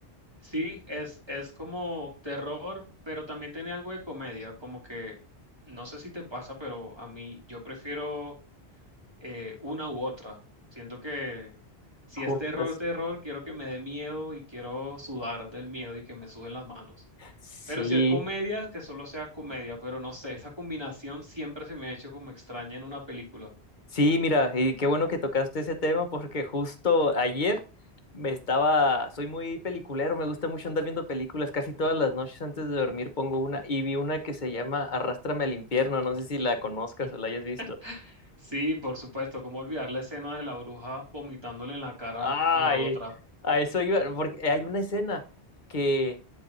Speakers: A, on the right (about 25°); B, on the left (about 45°).
A: Sí, es, es como terror, pero también tiene algo de comedia, como que no sé si te pasa, pero a mí yo prefiero eh, una u otra. Siento que si
B: Juntas.
A: es terror, terror, quiero que me dé miedo y quiero sudar del miedo y que me suden las manos.
B: Sí,
A: Pero si es comedia, que solo sea comedia, pero no sé, esa combinación siempre se me ha hecho como extraña en una película.
B: sí, mira, y qué bueno que tocaste ese tema porque justo ayer me estaba, soy muy peliculero, me gusta mucho andar viendo películas, casi todas las noches antes de dormir pongo una y vi una que se llama Arrástrame al infierno, no sé si la conozcas
A: <laughs>
B: o la hayas visto.
A: Sí, por supuesto, cómo olvidar la escena de la bruja vomitándole en la cara
B: Ay,
A: a la otra.
B: a eso iba, porque hay una escena que,